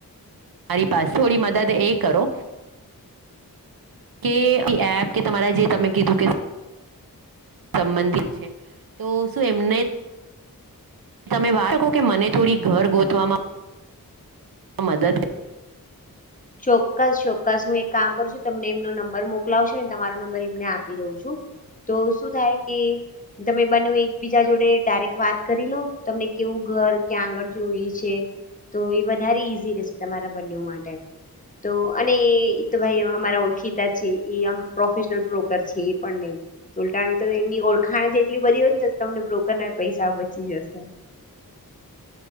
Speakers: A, on the right; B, on the left.
A: તમારી પાસે થોડી મદદ એ કરો કે એપ કે તમારે જે તમે કીધું કે સંબંધ પણ છે તો શું એમને તમે વાચકો કે મને થોડી ઘર ગોતવામાં <unintelligible> આ મદદ
B: ચોક્કસ ચોક્કસ હું એક કામ કરું છું તમને એમનો નંબર મોકલાવુછું ને તમારો નંબર એમને આપી દઉં છું. તો શું થાય કે તમે બને એકબીજા જોડે ડાયરેક્ટ વાત કરી લો તમને કેવું ઘર ક્યાં આગળ જોઈ છે. તો એ વધારે ઈઝી રહેશે તમારા બંને માટે
A: હ <unintelligible>
B: તો અને એ તો ભાઈ અમારા ઓળખીતા છે એમ પ્રોફેશનલ બ્રોકર છે એ પણ નહી ઉલટાનું તો એમની ઓળખાણ જેટલી બધી હોય ને તો તમને બ્રોકર ના પૈસા બચી જશે.